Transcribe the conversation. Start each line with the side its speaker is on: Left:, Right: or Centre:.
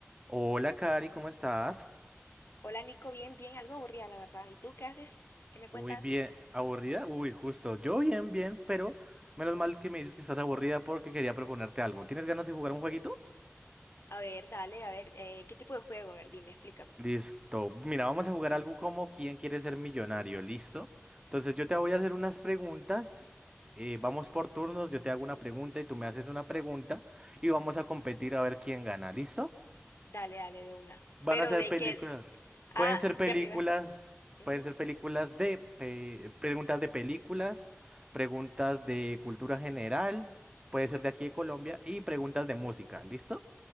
Right: Hola, Cari, ¿cómo estás?
Left: Hola Nico, bien, bien, algo aburrida la verdad. ¿Y tú qué haces? ¿Qué me cuentas?
Right: Uy, bien, ¿aburrida? Uy, justo, yo bien, bien, pero menos mal que me dices que estás aburrida porque quería proponerte algo. ¿Tienes ganas de jugar un jueguito?
Left: A ver, dale, a ver, eh, ¿qué tipo de juego? A ver, dime, explícame.
Right: Listo. Mira, vamos a jugar algo como ¿Quién quiere ser millonario? ¿Listo? Entonces yo te voy a hacer unas preguntas. eh, vamos por turnos, yo te hago una pregunta y tú me haces una pregunta y vamos a competir a ver quién gana. ¿Listo?
Left: Dale, dale de una.
Right: Van
Left: ¿Pero
Right: a ser
Left: de
Right: películas.
Left: qué? Ah,
Right: Pueden ser
Left: <laughs>
Right: películas,
Left: ya me iba a explicar. Ujú.
Right: pueden ser películas de pe- preguntas de películas, preguntas de cultura general, puede ser de aquí de Colombia y preguntas de música, ¿listo?